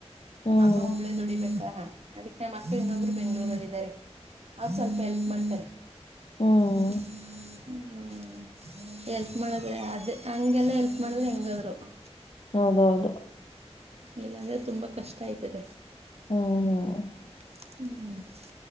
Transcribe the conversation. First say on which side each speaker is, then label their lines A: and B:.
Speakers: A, on the left; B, on the right.
A: ಹ್ಮ್
B: ನಮ್ಮ ಅಮ್ಮ ಒಬ್ಳೇ ದುಡಿಬೇಕ <inaudible> ಅದಕ್ ನಮ್ಮ ಅಕ್ಕ ಇನ್ನೊಬ್ರು ಬೆಂಗ್ಗಳೂರ್ನಲ್ಲಿ ಇದಾರೆ ಅವ್ರು ಸ್ವಲ್ಪ ಎಲ್ಪ್ ಮಾಡ್ತಾರೆ <inaudible>
A: ಹ್ಮ್
B: ಹ್ಮ್ ಎಲ್ಪ್ ಮಾಡದ್ರೆ ಅದ ಹಂಗೆಲ್ಲ ಎಲ್ಪ್ ಮಾಡದೆ ಹೆಂಗಾದ್ರು <inaudible>
A: ಹೌದೌದು
B: ಇಲ್ಲಾಂದ್ರೆ ತುಂಬಾ ಕಷ್ಟ ಆಯ್ತದೆ
A: ಹ್ಮ ಹ್ಮ
B: ಹ್ಮ್